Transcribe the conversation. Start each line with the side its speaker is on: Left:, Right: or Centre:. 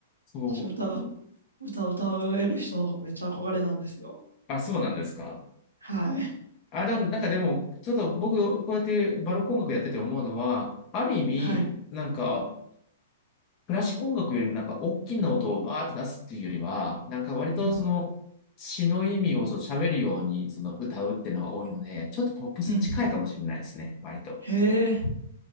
Left: そう、
Right: 私歌う、歌う、歌える人、めっちゃ憧れなんですよ。
Left: あ、そうなんですか。
Right: はい。
Left: あ、でも、なんかでも、ちょっと僕、こうやってバルコン楽やってて思うのは、ある意味、
Right: はい。
Left: なんか、クラシック音楽よりもなんか、大きな音をバーって出すっていうよりは、なんか割とその、
Right: うん。
Left: 詩の意味をその喋るようにその歌うっていうのが多いので、ちょっとポップスに近いかもしれないですね、
Right: うん。
Left: 割と。
Right: へえ、